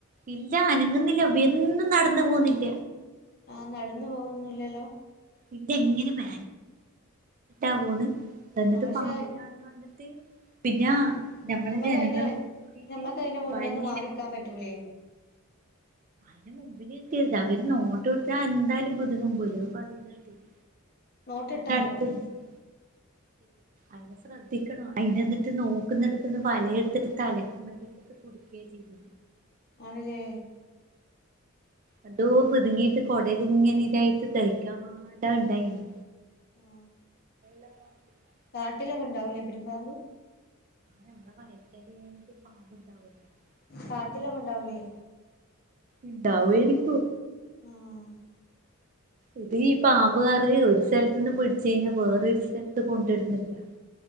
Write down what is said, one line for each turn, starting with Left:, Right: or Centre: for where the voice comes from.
Right: ഇല്ലാ അനങ്ങുന്നില്ലാ വെന്ന് നടന്നു പോകുന്നില്ല
Left: ആഹ് നടന്ന് പോകൊന്നില്ലല്ലോ?
Right: ഇജ്ജെങ്ങനെ <inaudible> പോന്ന് എന്നിട്ട്
Left: ആ പക്ഷെ
Right: പാമ്പിന്റെ ആള് വന്നിട്ട് പിന്നാ
Left: ആ
Right: നമ്മള്
Left: നമ്മക്ക്
Right: ജനങ്ങളെല്ലാം
Left: അയിന്റെ
Right: കൂടീട്ട്
Left: ഞമ്മക്ക് അയിന്റെ മുന്നേന്ന്
Right: വലയില്
Left: മാറിക്കാൻ
Right: കുടുക്കി
Left: പറ്റൂലേ
Right: അന് മുമ്പിൽ ഇരിക്കരുത് അവര് നോട്ടം ഇട്ടാ എന്താലും <inaudible>
Left: നോട്ടിട്ടാലോ
Right: അടുത്ത് <unintelligible> അത് ശ്രദ്ധിക്കണോ അയ്ന്റെന്നിട്ട് നോക്കുന്നിടുത്ത്ന്ന് വലയെടുത്തിട്ട് തലക്കു <inaudible> ത് കൊടുക്കേ ചീത്
Left: ആണ്ലെ.
Right: എന്തോ കുതുങ്ങിയിട്ട് കുടലിങ്ങനെ ഇതായിട്ട് തയ്ക്കാടാ ഉണ്ടായിനി
Left: ആഹ്
Right: <unintelligible>
Left: കാട്ടിലൊക്കെ ഉണ്ടാവൂല്ലേ പെരുമ്പാമ്പ്
Right: നമ്മടെ വയൽത്തറി ആയോണ്ട് പാമ്പ്ണ്ടാവൂല്ല
Left: കാട്ടിലൊക്കെ
Right: <unintelligible>
Left: ഉണ്ടാവൂലേ
Right: ഇണ്ടാവെരിക്കും
Left: ആഹ്
Right: ഇത് ഈ പാമ്പ് റേ ഒരു സ്ഥലത്ത്ന്ന് പിടിച്ച കഴിഞ്ഞ വേറെ ഒരു സ്ഥലത്ത് കൊണ്ടിടുന്നുണ്ട്